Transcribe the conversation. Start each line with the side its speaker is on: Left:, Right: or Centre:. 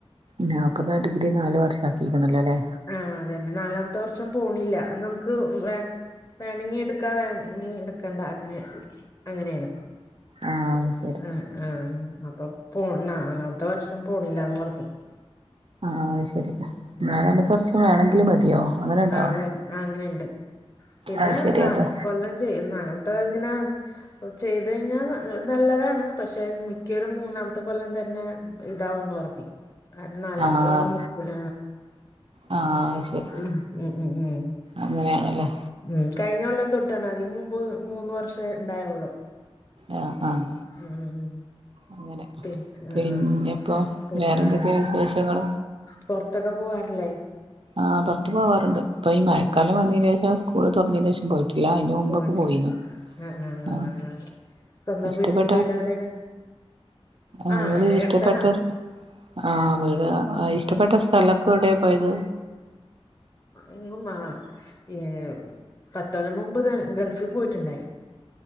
Right: ഞ പ്പംന്താ ഡിഗ്രി നാല് വർഷം ആക്കിയിക്കണല്ലോ അല്ലേ.
Left: ആഹ് അതന്നെ നാലാമത്തെ വർഷം പോണില്ല. നമുക്ക് വേ വേണങ്ങി എട്ക്കാ വേണങ്ങി എട്ക്കണ്ട അങ്ങനെ, അങ്ങനെണ്.
Right: ആഹ് അത് ശരി
Left: ആഹ് അപ്പം പോൺ നാലാമത്തെ വർഷം പോണില്ലാന്ന് പറഞ്ഞ്
Right: ആഹ് ആഹ് ആശരി
Left: ഉം ഉം
Right: നാലാമത്തെ
Left: ഉം.
Right: വേണമെങ്കിൽ മതിയോ അങ്ങനെണ്ടോ
Left: ആ വേ ആ അങ്ങനെയുണ്ട് പിന്നെ
Right: അത് ശരി
Left: ന
Right: അപ്പൊ
Left: കൊല്ലം ചെയ്യുന്ന അങ്ങനത്തെ ഇങ്ങനെ ചെയ്ത് കഴിഞ്ഞാൽ നല്ലതാണ്. പക്ഷെ മിക്കൊരു മൂന്നാമത്തെ കൊല്ലം തന്നെ ഇതാവൂന്ന് പറഞ് ആഹ് നാലാമത്തെ
Right: ആഹ്
Left: പറ നിക്കൂല
Right: ആഹ് അത് ശരി
Left: ഉം ഉം ഉം ഉം
Right: അങ്ങനെയാണല്ലേ
Left: ഉം കഴിഞ്ഞ കൊല്ലം തൊട്ടാണ് അതിനന് മുമ്പ് മൂന്ന് വർഷം ഉണ്ടായള്ളു.
Right: ആഹ് ആഹ്
Left: ഉം ഉം
Right: അങ്ങനെ
Left: പിന്ന
Right: പിന്നെപ്പോ
Left: ആഹ് പിന്നെ
Right: വേറെന്തൊക്കെയാ
Left: ഹ്
Right: വിശേഷങ്ങള്
Left: പുറത്തൊക്കെ പോവാറില്ലേ
Right: ആഹ് പുറത്ത് പോവാറുണ്ട്പ്പ പ്പോ ഈ മഴക്കാലം
Left: ഉം ഉം
Right: വന്നതിനന് ശേഷം സ്കൂള് തുറന്നതിന് ശേഷം പോ ട്ടില്ല അതിന് മുമ്പൊക്കെ
Left: പോയിട്ടില്ല
Right: പോയിനു
Left: ആ ആ ആ
Right: ആഹ
Left: ആ സ്വന്തം
Right: ഇഷ്ടപ്പെട്ട
Left: വീട്ട് വീട് എവിടെയാണ്
Right: ങ്ങള്
Left: ആ
Right: ഇഷ്ടപ്പെട്ട
Left: അടുത്താണാ
Right: സ ആഹ് വീട് ഇഷ്ടപ്പെട്ട സ്ഥലൊക്കെ ഇവിടെയ പോയത്
Left: എങ്ങും വാണോം ഏഹ്പത്തോല്ലം മുമ്പ് ഗൾഫിൽ പോയിട്ടുണ്ടായി.